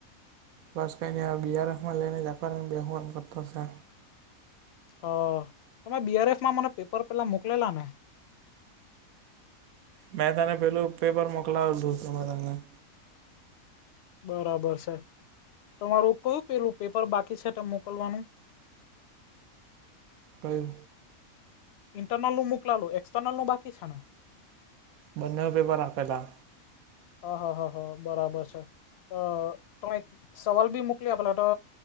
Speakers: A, on the right; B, on the left.
A: બસ કાઈ ની <unintelligible> બેહુ એમ કરતો છે.
B: હ. તમે બીઆરએસના મને પેપર પેલા મોકલેલા ને.
A: મે તને પેલું પેપર મોકલાવેલુ તમારામાં
B: બરાબર છે. તમારું કયું પેલું પેપર બાકી છે. તા મોકલવાનું?
A: કયું?
B: ઇન્ટરનલનુ મોકલા વેલું એક્સટર્નલનુ બાકી છે. ને
A: બંનેવ પેપર આપેલા
B: હ હ હ હ બરાબર છે. <unintelligible> એક સવાલબી મુક મોકલી આપેલો તો